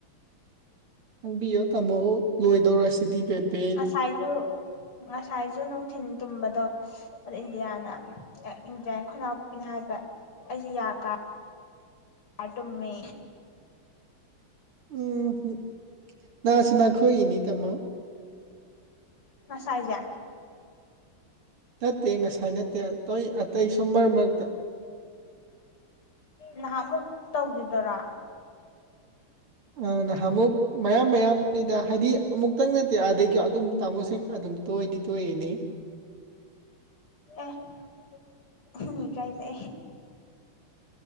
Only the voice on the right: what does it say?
ꯍꯪꯕꯤꯌꯣ ꯇꯥꯃꯣ ꯂꯣꯏꯗꯧꯔꯁꯤꯗꯤ ꯕꯦꯠ ꯕꯦꯠ
ꯎꯝ ꯅꯥꯆꯅꯥꯈꯣꯏꯅꯤ ꯇꯃ
ꯅꯠꯇꯦ ꯉꯁꯥꯏ ꯅꯠꯇꯦ ꯑꯇꯩ ꯑꯇꯩ ꯁꯨꯝ ꯃꯔꯛ ꯃꯔꯛꯇ
ꯑ ꯅꯍꯥꯟ ꯑꯃꯨꯛ ꯃꯌꯥꯝ ꯃꯌꯥꯝꯅꯤꯗ ꯍꯥꯏꯗꯤ ꯑꯃꯨꯛꯇꯪ ꯑꯗꯩꯀ ꯑꯗꯨꯝ ꯇꯥꯃꯣ ꯍꯦꯛ ꯑꯗꯨꯝ ꯇꯣꯏꯗꯤ ꯇꯣꯏꯔꯤꯅꯦ